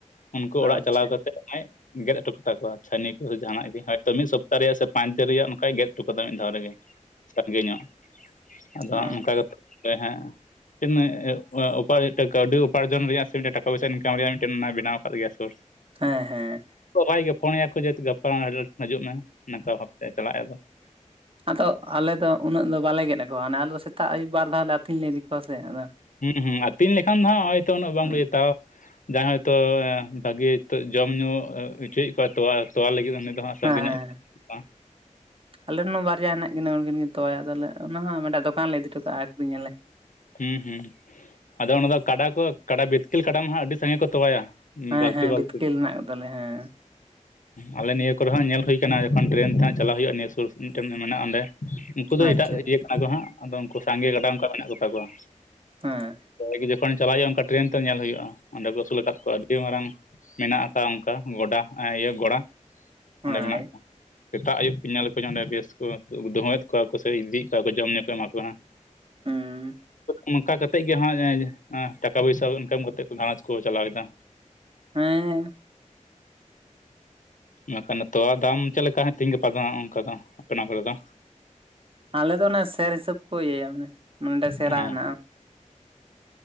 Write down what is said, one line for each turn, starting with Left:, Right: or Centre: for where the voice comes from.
Left: ᱩᱱᱠᱩ ᱚᱲᱟᱜ
Right: ᱟᱪᱪᱷᱟ
Left: ᱪᱟᱞᱟᱣ ᱠᱟᱛᱮ ᱡᱟᱦᱟᱸᱭ ᱜᱮᱫ ᱦᱚᱴᱚ ᱠᱟᱛᱟ ᱠᱚᱣᱟ ᱪᱷᱟᱹᱱᱤ ᱠᱚ ᱥᱮ ᱡᱟᱦᱟᱱᱟᱜ ᱜᱮ ᱦᱳᱭᱛᱚ ᱢᱤᱫ ᱥᱚᱯᱛᱟᱦᱚ ᱨᱮᱭᱟᱜ ᱥᱮ ᱯᱟᱸᱪ ᱫᱤᱱ ᱨᱮᱭᱟᱜ ᱚᱱᱠᱟᱭ ᱜᱮᱫ ᱦᱚᱴᱚ ᱠᱟᱫᱟ ᱢᱤᱫ ᱫᱷᱟᱣ ᱨᱮᱜᱮ ᱨᱮᱸᱜᱮ ᱧᱚᱜ ᱟᱫᱚ
Right: ᱦᱮᱸ
Left: ᱚᱱᱠᱟ ᱠᱟᱛᱮᱫ ᱛᱮᱦᱮ ᱢᱤᱫ ᱴᱮᱱ ᱩᱯᱟᱹᱭ ᱛᱮ ᱠᱟᱹᱣᱰᱤ ᱩᱯᱟᱨᱡᱚᱱ ᱨᱮᱭᱟᱜ ᱥᱮ ᱢᱤᱫ ᱴᱟᱠᱟ ᱯᱚᱭᱥᱟ ᱤᱱᱠᱟᱢ ᱨᱮᱭᱟᱜ ᱢᱤᱫ ᱴᱮᱱ ᱚᱱᱟᱭ ᱵᱮᱱᱟᱣ ᱟᱠᱟᱫ ᱜᱮᱭᱟ ᱥᱳᱨᱥ
Right: ᱦᱮᱸ ᱦᱮᱸ
Left: ᱵᱷᱟᱭ ᱜᱮ ᱯᱷᱳᱱᱮᱭᱟ ᱠᱚ ᱡᱮᱦᱮᱛᱩ ᱜᱟᱯᱟ ᱦᱤᱡᱩᱜ ᱢᱮ ᱚᱱᱠᱟ ᱵᱷᱟᱵᱛᱮ ᱪᱟᱞᱟᱜ-ᱟ ᱟᱫᱚ
Right: <inaudible> ᱟᱫᱚ ᱟᱞᱮ ᱫᱚ ᱩᱱᱟᱹᱜ ᱫᱚ ᱵᱟᱞᱮ ᱜᱮᱫ ᱟᱠᱚᱣᱟ ᱟᱞᱮ ᱫᱚ ᱥᱮᱛᱟᱜ ᱟᱹᱭᱩᱵ ᱵᱟᱨ ᱫᱷᱟᱣ ᱞᱮ ᱟᱹᱛᱤᱧ ᱞᱮ ᱤᱫᱤ ᱠᱚᱣᱟ ᱥᱮ ᱟᱫᱚ
Left: ᱦᱩᱸ ᱦᱩᱸ ᱟᱛᱤᱧ ᱞᱮᱠᱷᱟᱱ ᱦᱟᱸᱜ ᱦᱚᱭᱛᱚ ᱩᱱᱟᱹᱜ ᱵᱟᱝ
Right: ᱦᱮᱸ
Left: ᱞᱮ ᱡᱚᱛᱟᱣᱟ ᱡᱟᱦᱟᱸᱭ ᱦᱚᱭᱛᱚ ᱵᱷᱟᱜᱤ ᱡᱚᱢ ᱧᱩ ᱚᱪᱚᱭᱮᱫ ᱠᱚᱣᱟ ᱛᱚᱣᱟ ᱛᱳᱣᱟ ᱞᱟᱹᱜᱤᱫ ᱩᱱ ᱫᱚ ᱦᱟᱸᱜ ᱥᱟᱺᱜᱤᱧ
Right: ᱦᱮᱸ ᱦᱮᱸ
Left: ᱧᱚᱜ
Right: ᱟᱞᱮᱨᱮᱱ ᱦᱚᱸ ᱵᱟᱨᱭᱟ ᱦᱮᱱᱟᱜ ᱠᱤᱱᱟᱹ ᱩᱱᱠᱤᱱ ᱠᱤᱱ ᱛᱚᱣᱟᱭ ᱟ ᱛᱟᱦᱚᱞᱮ ᱚᱱᱟ ᱦᱚᱸ ᱢᱤᱫᱴᱮᱱ ᱫᱚᱠᱟᱱ ᱞᱮ ᱤᱫᱤ ᱴᱚᱠᱟᱜᱼᱟ ᱟᱹᱠᱷᱨᱤᱧᱟᱞᱮ
Left: ᱦᱩᱸ ᱦᱩᱸ ᱟᱫᱚ ᱚᱱᱟ ᱫᱚ ᱠᱟᱰᱟ. ᱠᱚ ᱠᱟᱰᱟ. ᱵᱤᱛᱠᱤᱞ ᱠᱟᱰᱟ. ᱢᱟᱜ ᱟᱹᱰᱤ ᱥᱟᱸᱜᱮ ᱠᱚ ᱛᱚᱣᱟᱭᱟ
Right: ᱦᱮᱸ
Left: ᱵᱟᱹᱞᱛᱤ
Right: ᱦᱮᱸ
Left: ᱵᱟᱹᱞᱛᱤ
Right: ᱵᱤᱛᱠᱤᱞ ᱢᱮᱱᱟᱜ ᱠᱚᱛᱟᱞᱮᱭᱟ ᱦᱮᱸ
Left: ᱟᱞᱮ ᱱᱤᱭᱟᱹ ᱠᱚᱨᱮ ᱦᱟᱸᱜ ᱧᱮᱞ ᱦᱩᱭ ᱠᱟᱱᱟ ᱡᱚᱠᱷᱚᱱ ᱴᱨᱮᱱ ᱛᱮ ᱦᱟᱸᱜ ᱪᱟᱞᱟᱜ ᱦᱩᱭᱩᱜᱼᱟ ᱱᱤᱭᱟᱹ ᱥᱩᱨ ᱢᱤᱫᱴ ᱢᱮᱱᱟᱜᱼᱟ ᱚᱸᱰᱮ ᱩᱱᱠᱩ ᱫᱚ
Right: ᱟᱪᱪᱷᱟ
Left: ᱮᱴᱟᱜ ᱤᱭᱟᱹ ᱠᱟᱱᱟ ᱠᱚ ᱦᱟᱸᱜ ᱟᱫᱚ ᱩᱱᱠᱩ ᱥᱟᱸᱜᱮ ᱜᱟᱰᱟ ᱚᱱᱠᱟ ᱢᱮᱱᱟᱜ ᱠᱚᱛᱟ ᱠᱚᱣᱟ
Right: ᱦᱮᱸ
Left: ᱜᱮ ᱡᱚᱠᱷᱚᱱ ᱪᱟᱞᱟᱜ ᱦᱩᱭᱩᱜᱼᱟ ᱚᱱᱠᱟ ᱴᱨᱮᱱ ᱛᱮ ᱧᱮᱞ ᱦᱩᱭᱩᱜᱼᱟ ᱚᱸᱰᱮ ᱠᱚ ᱟᱹᱥᱩᱞᱞᱟ ᱟᱠᱟᱫ ᱠᱚᱣᱟ ᱟᱹᱰᱤ ᱢᱟᱨᱟᱝ ᱢᱮᱱᱟᱜ ᱟᱠᱟᱫ ᱚᱱᱠᱟ ᱜᱚᱰᱟ ᱜᱚᱲᱟ
Right: ᱦᱳᱭ
Left: ᱚᱸᱰᱮ ᱢᱮᱱᱟᱜ ᱠᱚᱣᱟ, ᱥᱮᱛᱟᱜ, ᱟᱹᱩᱵ, ᱠᱚ ᱧᱮᱞ ᱠᱚᱣᱟ ᱱᱚᱸᱰᱮ ᱵᱮᱥ ᱠᱚ ᱫᱷᱩᱦᱚᱭᱮᱫ ᱠᱚᱣᱟ ᱠᱚ ᱥᱮ ᱤᱫᱤᱭᱮᱫ ᱠᱚᱣᱟ ᱠᱚ ᱡᱚᱢᱧᱩ ᱠᱚ ᱮᱢᱟ ᱠᱚᱣᱟ᱾
Right: ᱦᱮᱸ᱾
Left: ᱚᱱᱠᱟ ᱠᱟ ᱠᱟᱛᱮᱫ ᱜᱮ ᱦᱟᱸᱜ ᱴᱟᱠᱟ, ᱯᱚᱭᱥᱟ, ᱤᱱᱠᱟᱢ ᱠᱟ ᱠᱟᱛᱮᱫ ᱜᱷᱟᱷᱟᱨᱚᱸᱡᱽ ᱠᱚ ᱪᱟᱞᱟᱣᱮᱫᱟ᱾
Right: ᱦᱮᱸ᱾
Left: ᱵᱟᱠᱷᱟᱱ ᱛᱚᱣᱟ ᱫᱟᱢ ᱪᱮᱫ ᱞᱮᱠᱟ ᱛᱮᱦᱮᱧ ᱜᱟᱯᱟ ᱫᱚ ᱦᱟᱜ ᱚᱱᱠᱟ ᱫᱚ ᱟᱯᱮᱱᱟ ᱠᱚᱨᱮ ᱫᱚ᱾
Right: ᱟᱞᱮ ᱫᱚ ᱚᱱᱮ ᱥᱮᱨ ᱦᱤᱥᱟᱹᱵ ᱠᱚ ᱤᱭᱟᱹᱭᱟ, ᱮ ᱱᱚᱰᱮ ᱥᱮᱨᱟ
Left: ᱚ
Right: ᱦᱮᱱᱟᱜᱼᱟ᱾